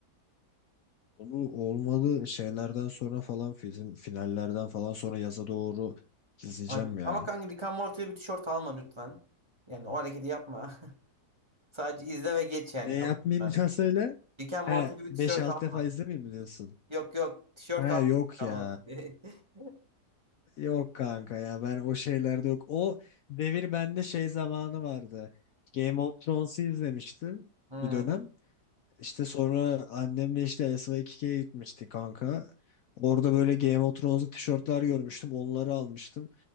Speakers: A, on the left; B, on the right.
A: Onu olmalı şeylerden sonra falan film, finallerden falan sonra yaza doğru izleyeceğim
B: Ay.
A: ya.
B: Ama kanka Rick and Morty'de bir tişört alma lütfen. Yani o hareketi yapma. <laughs> Sadece izle ve geç yani.
A: Ne
B: Yapma.
A: yapmayayım bir daha söyle.
B: Rick and
A: He
B: Morty'de bir
A: beş
B: tişört
A: 6
B: alma.
A: defa izlemeyeyim mi diyorsun?
B: Yok yok tişört
A: He
B: alma
A: yok
B: Rick
A: ya.
B: and Morty'de. <laughs>
A: Yok kanka ya ben o şeylerde yok. O devir bende şey zamanı vardı. Game of Thrones'u izlemiştim
B: Hmm.
A: bir dönem. İşte sonra annemle işte SY2K'ye gitmiştik kanka. Orada böyle Game of Thrones'lu tişörtler görmüştüm. Onları almıştım.